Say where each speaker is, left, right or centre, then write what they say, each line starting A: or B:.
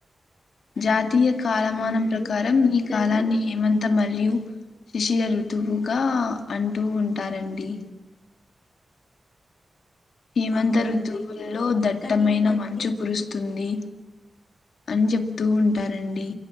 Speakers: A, on the left; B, on the left.
A: జాతీయ కాలమానం
B: అవునండి
A: ప్రకారం ఈ
B: కానీ
A: కాలాన్ని హేమంత మ మరియు శిశిర ఋతువుగా అంటూ ఉంటారండి. హేమంత
B: అవునండి
A: ఋతువుల్లో దట్టమైన
B: కానీ అన్ని
A: మంచు కురుస్తుంది. అన్ చెప్తూ ఉంటారండి.